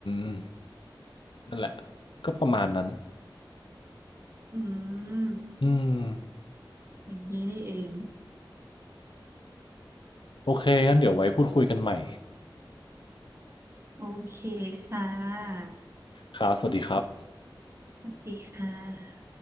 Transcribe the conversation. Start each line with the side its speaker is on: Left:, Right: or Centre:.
Left: มนั่นแหละก็ประมาณนั้น
Right: อืม
Left: อืม
Right: อย่างนี้นี่เอง
Left: โอเคงั้นเดี๋ยวไว้พูดคุยกันใหม่
Right: โอเคค่ะ
Left: ครับสวัสดีครับ
Right: สวัสดีค่ะ